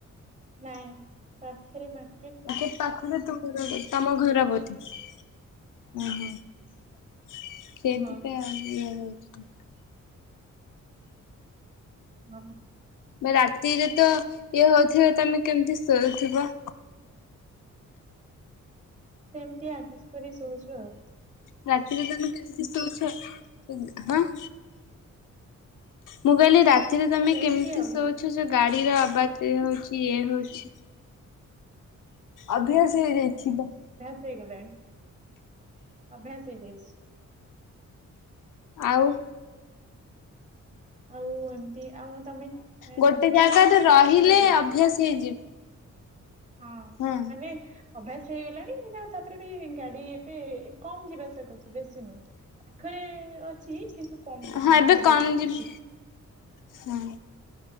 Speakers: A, on the right; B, on the left.
A: ନାଇଁ ପାଖରେ ମାର୍
B: ଏତେ ପାଖରୁ ତୁ। ତମ ଘରବତୀ ଓହୋ। ସେଇଥିପାଇଁ
A: ହଁ।
B: ଆଉ ଏ ହଉଛି।
A: ହଁ
B: ରାତିରେ ତ ଇଏ ହଉଥିବ ତମେ କେମିତି ଶୋଇଥିବ।
A: ସେମିତି ଆଡଜଷ୍ଟ କରି ଶଉଛୁ ଆଉ।
B: ରାତିରେ ତମେ କେମିତି ସୋଉଚ। ମୁଁ କହିଲି ରାତିରେ ତମେ
A: ସେମିତି
B: କେମିତି
A: ଆଉ।
B: ଶୋଉଚ। ଗାଡିର ଅବାଜ ହଉଛି ଇଏ ହଉଛି। ଅଭ୍ୟାସ ହେଇ ଯାଇଛିିଲ।
A: ହେଇଗଲାନି ଅଭ୍ୟାସ ହେଇଯାଇଛି।
B: ଆଉ।
A: ଆଉ ଏମତି ଆଉ ତମେ
B: ଗୋଟେ
A: ସବୁଦିନ
B: ଜାଗାରେ
A: ମାର୍କେଟ
B: ରହିଲେ
A: ଯାଅ ବୁଲିବା ପାଇଁ।
B: ଅଭ୍ୟାସ ହେଇଯିବ।
A: ହଁ
B: ହୁଁ
A: ମାନେ ଅଭ୍ୟାସ ହେଇଗଲାଣି ଯଉ ତାପରେ ବି ଗାଡି ଏବେ କମ ଯିବା। କରୁଛି ବେଶୀ ନୁହଁ ପାଖରେ ଅଛି କିନ୍ତୁ କମ ଯିବା
B: ହଁ ଏବେ କମ
A: ଆସିବା
B: ଯିବି
A: କରୁଛି।
B: ହଁ